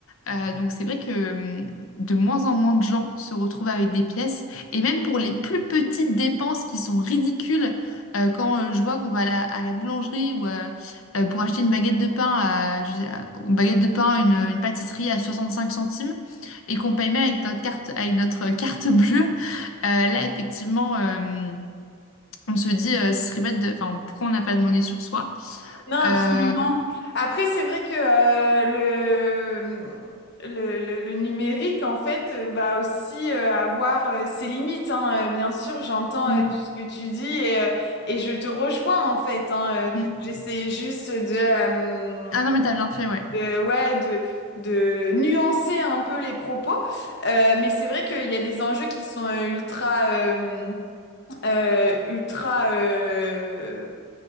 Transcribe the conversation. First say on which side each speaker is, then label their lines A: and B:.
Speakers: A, on the left (about 70°); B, on the left (about 55°).
A: Euh, donc c'est vrai que hum, de moins en moins de gens se retrouvent avec des pièces. Et même pour les plus petites dépenses qui sont ridicules, euh, quand euh, je vois qu'on va à la, à la boulangerie ou euh, euh, pour acheter une baguette de pain, à, je sais- à- une baguette de pain, une, une pâtisserie à 65 centimes, et qu'on paye même avec notre carte, avec notre <laughs> carte bleue, euh, là effectivement, euh, on se dit, euh, ce serait bête de... Enfin, pourquoi on n'a pas de monnaie sur soi?
B: Non, absolument.
A: Euh,
B: Après, c'est vrai que euh, le, le, le- le numérique, en fait, euh, va aussi euh, avoir euh, ses limites. hein. Euh, bien sûr, j'entends
A: hum,
B: euh, tout ce que tu dis et, euh, et je te rejoins, en fait. hein. Euh,
A: hum.
B: j'essaie juste de, euh,
A: Ah non, mais t'as bien fait, ouais.
B: de- ouais, de, de nuancer un peu les propos. Euh, mais c'est vrai qu'il y a des enjeux qui sont euh, ultra... euh, euh, ultra euh,